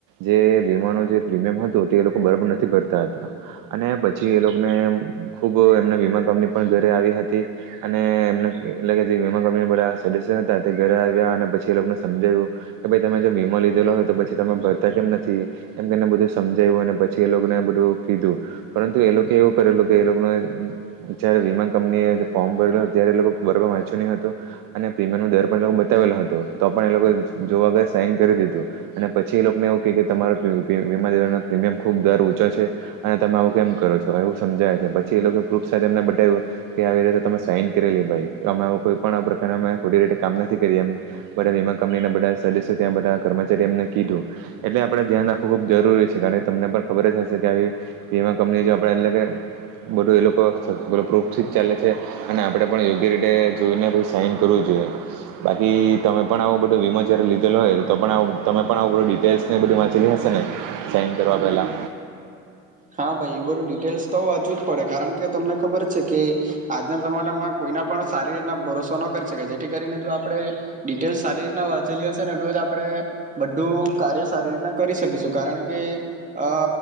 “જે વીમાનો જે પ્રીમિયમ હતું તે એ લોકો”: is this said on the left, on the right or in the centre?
Right